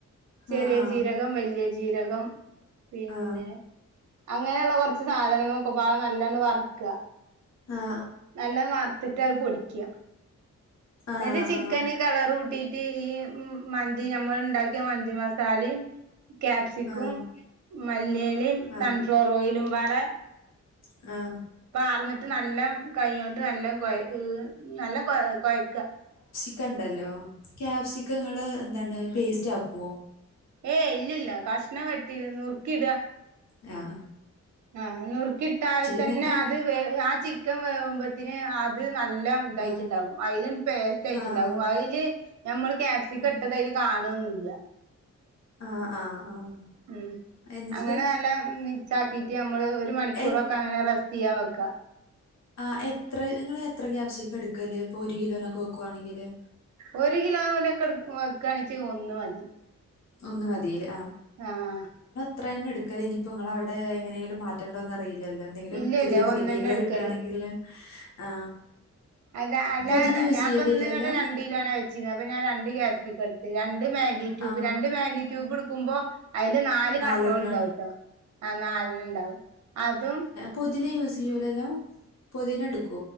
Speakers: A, on the right (about 75°); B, on the left (about 65°).
A: ചെറിയ
B: ആ ആ ആ
A: ജീരകം വലിയ ജീരകം പിന്നെ
B: ആ
A: അങ്ങനെയുള്ള കുറച്ച് സാധനങ്ങളൊക്കെ പാടെ നല്ലോണം ഒന്ന് വറുക്കാ.
B: ആ ആ
A: നല്ലോണം വർത്തിട്ട് അത് പൊടിക്കുക.
B: ആ ആ
A: എന്നിട്ട്
B: ആ
A: ചിക്കന് കളർ കൂട്ടിട്ട് ഈ മന്തി നമ്മൾ ഉണ്ടാക്കിയ മന്തി മസാലെം ക്യാപ്സിക്കും
B: ആ മല്ലിയിലിം
A: മല്ലിയിലെം
B: സൺഫ്ലവർ ഓയിലും
A: സൺഫ്ലർ ഓയിലും പാടെ
B: പാടെ ആഹ്
A: <unintelligible> നല്ല കൈ കൊണ്ട് നല്ല കൊ നല്ല കൊഴക്ക
B: ക്ക ഇണ്ടല്ലോ ക്യാപ്സിക്കങ്ങള് എന്താണ് പേസ്റ്റ് ആക്കുവോ?
A: ഏയ് ഇല്ലല്ല കഷ്ണം വെട്ടി നുറുക്കിട
B: ആ.
A: ആ നുറുക്കിട്ടാതെ തന്നെ
B: എന്നിട്ട്
A: അത് വേ ആ ചിക്കൻ വേവുമ്പോത്തിന് അത് നല്ല ഇതായിട്ടുണ്ടാവും
B: ആഹ്
A: അതിൽ പേസ്റ്റ് ആയിട്ടുണ്ടാവും
B: ആഹ് ആഹ്
A: അതില് ഞമ്മള് ക്യാപ്സിക്കം
B: ഉം
A: ഇട്ടത് അതില് കാണൊന്നില്ല.
B: ആഹ് ആഹ് ആഹ്
A: ഉം
B: എന്നിട്ട്
A: അങ്ങനെ നല്ല മിക്സ് ആക്കി നമ്മള് ഒരു മണിക്കൂറൊക്കെ
B: എ
A: അങ്ങനെ റസ്റ്റ് ചെയ്യാൻ വെക്കാ.
B: ആഹ് എത്ര നിങ്ങള് എത്ര ക്യാപ്സിക്കം എടുക്കല് ഇപ്പൊ ഒരു കിലോനൊക്കെ വെക്കുവാണെങ്കില്?
A: ഒരു കിലോനൊക്കെ വക്കണച്ച് ഒന്നു മതി.
B: ഒന്ന് മതീല്ലെ?
A: ആഹ്
B: ഇത്ര തന്നെ എടുക്കല് ഇനിയിപ്പോ ഇങ്ങളെ അവിടെ എങ്ങനേങ്കിലും മാറ്റണ്ടോന്നറിയില്ലല്ലോ? എന്തെങ്കിലും
A: ഇല്ല
B: പുതിയ
A: ഇല്ല
B: പൊടിക്കൈകള്
A: ഒന്നന്നെ എടുക്കല്
B: കിട്ടാണങ്കിൽ ആ
A: അത അല്ല
B: പുതിന യൂസ്
A: ഞാപ്പന്ന്
B: ചെയ്യലില്ലല്ലോ
A: ഇവിടെ രണ്ട് കിലോനാവച്ചിനെ അപ്പൊ ഞാൻ രണ്ട് ക <inaudible> രണ്ട് മാഗി ട്യൂബ്
B: ആ
A: രണ്ട് മാഗി ട്യൂബിടുക്കുമ്പൊ അയില് നാല്
B: നാലെണ്ണ
A: കട്ടോള്ണ്ടാവുട്ടോ ആ നാലെണ്ണണ്ടാവുട്ടോ അതും
B: പൊതിന യൂസ് ചെയ്യൂലല്ലോ? പൊതിന എടു